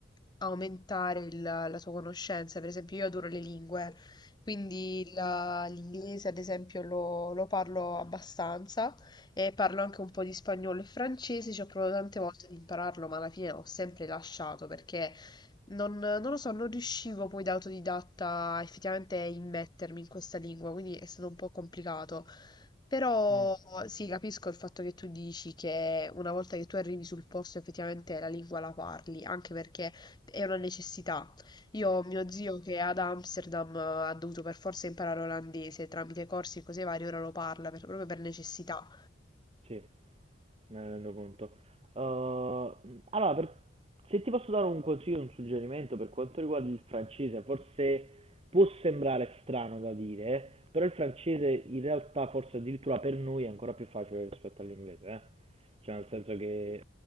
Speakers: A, on the left; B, on the right.
A: aumentare il- la tua conoscenza. Per esempio, io adoro le lingue, quindi la- l'inglese, ad esempio, lo, lo parlo abbastanza e parlo anche un po' di spagnolo e francese. Ci ho provato tante volte ad impararlo, ma alla fine ho sempre lasciato perché non, non lo so, non riuscivo poi da autodidatta effettivamente a immettermi in questa lingua, quindi è stato un po' complicato. Però
B: Mm,
A: sì, capisco il fatto che tu dici che una volta che tu arrivi sul posto effettivamente la lingua la parli, anche perché è una necessità. Io ho mio zio che ad Amsterdam eh, ha dovuto per forza imparare olandese tramite corsi e cose varie, ora lo parla per- proprio per necessità.
B: sì. Me ne rendo conto. Ehm, allora, per- se ti posso dare un consiglio, un suggerimento per quanto riguarda il francese, forse può sembrare strano da dire, però il francese in realtà forse addirittura per noi è ancora più facile rispetto all'inglese, eh. Cioè nel senso che eh,